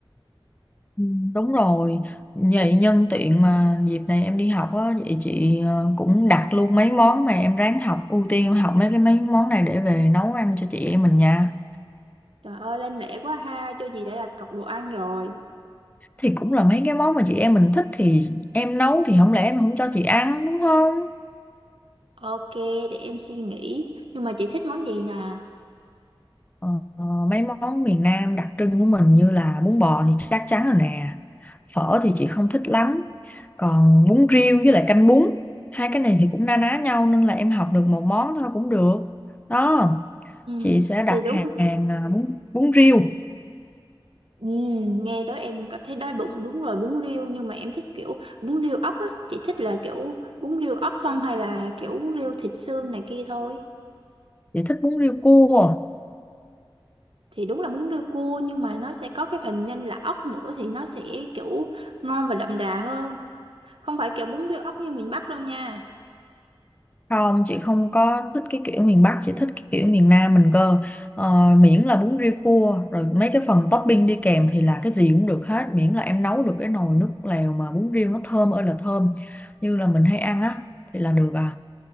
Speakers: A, on the left; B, on the right.
A: Ừ, Đúng rồi, vậy nhân tiện mà dịp này em đi học á, vậy chị ờ, cũng đặt luôn mấy món mà em ráng học, ưu tiên em học mấy cái mấy món này để về nấu ăn cho chị em mình nha.
B: Trời ơi lên lễ quá ha, cho chị đã đặt cọc đồ ăn rồi.
A: Thì cũng là mấy cái món mà chị em mình thích thì em nấu thì không lẽ em không cho chị ăn đúng không?
B: Ok, để em suy nghĩ. Nhưng mà chị thích món gì nè?
A: Ờ, ờ, mấy món miền Nam đặc trưng của mình như là bún bò thì chắc chắn rồi nè, phở thì chị không thích lắm, còn bún riêu với lại canh bún, hai cái này thì cũng na ná nhau nên là em học được một món thôi cũng được. Đó.
B: Ừ,
A: chị sẽ đặt
B: thì đúng
A: hàng à, bún bún riêu
B: Ừ, nghe tới em cảm thấy đói bụng đúng rồi bún riêu nhưng mà em thích kiểu bún riêu ốc á chị thích là kiểu bún riêu ốc không hay là kiểu bún riêu thịt xương này kia thôi
A: chị thích bún riêu cua
B: thì đúng là bún riêu cua nhưng mà nó sẽ có cái phần nhân là ốc nữa thì nó sẽ kiểu ngon và đậm đà hơn không phải kiểu bún riêu ốc như miền Bắc đâu nha
A: không chị không có thích cái kiểu miền Bắc chị thích cái kiểu miền Nam mình cơ Ờ, miễn là bún riêu cua rồi mấy cái phần topping đi kèm thì là cái gì cũng được hết miễn là em nấu được cái nồi nước lèo mà bún riêu nó thơm ơi là thơm như là mình hay ăn á thì là được à